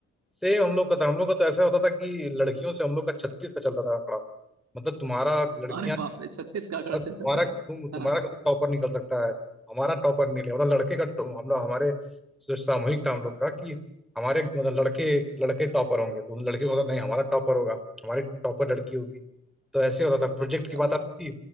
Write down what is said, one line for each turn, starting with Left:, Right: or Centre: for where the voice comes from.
Centre: सेम हम लोग का था हम लोग का तो ऐसा होता था कि लड़कियों से हम लोग का छत्तीस का चलता था आंकड़ा मतलब तुम्हारा लड़कियां
Right: अरे बाप रे छत्तीस का आंकड़ा
Centre: और तुम्हारा
Right: चलता था
Centre: तुम तुम्हारा
Right: हाँ
Centre: कैसे टॉपर निकल सकता है हमारा टॉपर नहीं ले मतलब लड़के का टो- हम लोग हमारे जो सामूहिक था हम लोग का कि हमारे मतलब लड़के लड़के टॉपर होंगे तो उन लड़के को होता नहीं हमारा टॉपर होगा हमारी टॉपर लड़की होगी तो ऐसे होता था प्रोजेक्ट की
Right: अरे
Centre: बात आती थी